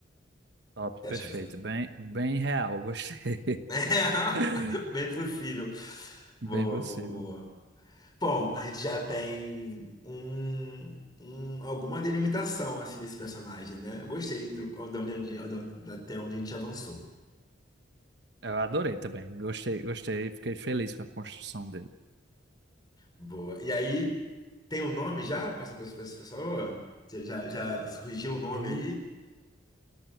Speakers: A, on the right; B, on the left.
A: Top,
B: O que
A: perfeito.
B: acha dessa? <laughs>
A: Bem, bem real, gostei.
B: É,
A: <laughs>
B: bem possível. Boa,
A: Bem possível.
B: boa, boa. Bom, a gente já tem um, um- alguma delimitação assim desse personagem, né? Eu gostei do, de onde, a gente- de onde- até onde a gente avançou.
A: Eu adorei também. Gostei, gostei. Fiquei feliz com a construção dele.
B: Boa. E aí, tem um nome já para essa pe- pra essa pessoa? Você Já, já surgiu o um nome
A: Ei-
B: aí?